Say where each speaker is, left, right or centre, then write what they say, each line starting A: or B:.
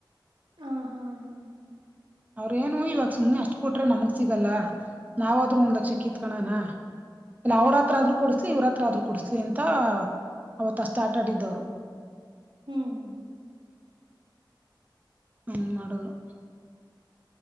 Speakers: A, on the right; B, on the right.
A: ಹಾ ಹಾ ಹಾ
B: ಅವ್ರೇನು ಇವಾಗ ಸುಮ್ನೆ ಅಷ್ಟ್ ಕೊಟ್ರೆ ನಮಗ್ ಸಿಗಲ್ಲ ನಾವಾದ್ರೂ ಒಂದ್ ಲಕ್ಷ ಕಿತ್ಕಣನಾ ಇಲ್ಲ ಅವ್ರತ್ರ
A: ಹ್ಮ್
B: ಆದ್ರು ಕೊಡ್ಸ್ಲಿ ಇವ್ರ ಹತ್ರ ಆದ್ರು ಕೊಡ್ಸ್ಲಿ ಅಂತ ಅವತ್ತಷ್ಟ್ ಆಟ ಆಡಿದ್ದವ್ರು.
A: ಹ್ಮ್
B: ಹೆಂಗ್ ಮಾಡುದ್ರೊ.